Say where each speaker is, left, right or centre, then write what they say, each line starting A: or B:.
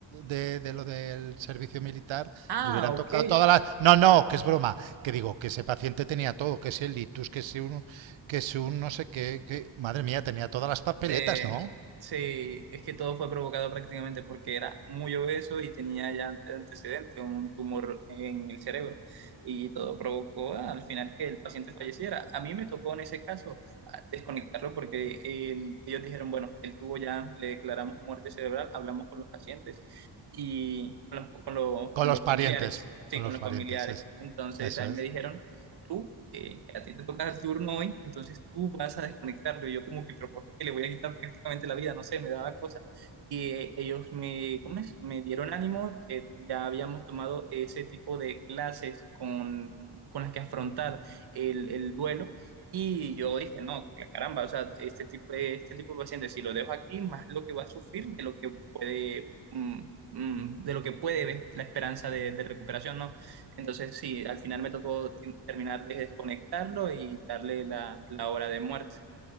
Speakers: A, on the right; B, on the right.
A: de, de lo del servicio militar,
B: Ah,
A: le hubieran
B: ok.
A: tocado todas las... No, no, que es broma, que digo, que ese paciente tenía todo, que si el litus, que si un, que si un no sé qué, que... Madre mía, tenía todas las papeletas,
B: Sí,
A: ¿no?
B: sí, es que todo fue provocado prácticamente porque era muy obeso y tenía ya ante- antecedentes, un tumor en el cerebro. Y todo provocó ah, al final que el paciente falleciera. A mí me tocó en ese caso ah, desconectarlo porque el- ellos dijeron, bueno, él tuvo ya, le declaramos muerte cerebral, hablamos con los pacientes y con los, con los,
A: Con
B: con
A: los
B: los
A: parientes,
B: familiares. Sí,
A: con
B: con
A: los
B: los
A: parientes,
B: familiares.
A: es,
B: Entonces,
A: eso
B: a mí
A: es.
B: me dijeron tú, eh, a ti te toca el turno hoy, entonces tú vas a desconectarlo. Y yo como que, pero ¿por qué le voy a quitar prácticamente la vida? No sé, me daba cosas. Y eh, ellos me, ¿cómo es? Me dieron ánimo, eh, ya habíamos tomado ese tipo de clases con, con las que afrontar el, el duelo. Y yo dije, no, la caramba, o sea, este tipo, este tipo de paciente, si lo dejo aquí, más lo que va a sufrir de lo que puede, mm, mm, de lo que puede ver la esperanza de, de recuperación, ¿no? Entonces, sí, al final me tocó tem- terminar de desconectarlo y darle la, la hora de muerte.